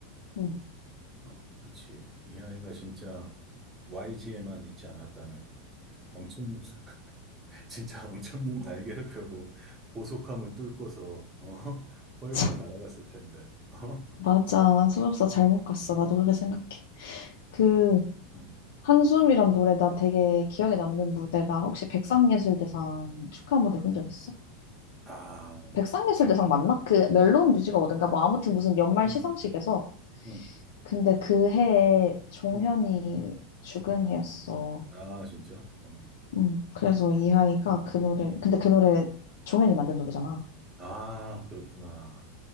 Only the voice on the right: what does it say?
어, 그치. 이 아이가 진짜 YG에만 있지 않았다면 엄청, <laughs> 진짜 엄청난 날개를 펴고 보속함을 뚫고서, 어, <laughs>
훨훨 날아갔을 텐데. 어?
음.
아, 음,
음,
음,
음.
음.
아, 진짜? 어.
음,
음.
아, 그렇구나.